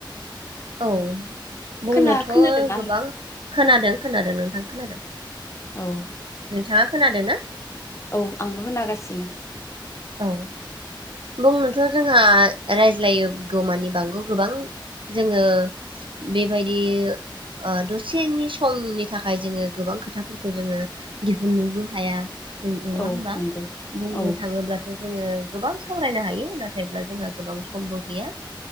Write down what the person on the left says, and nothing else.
खोना खोनादोंना
नोंथां
औ।
औ आंबो खोनागासिनो।
औ
नंगौ
औ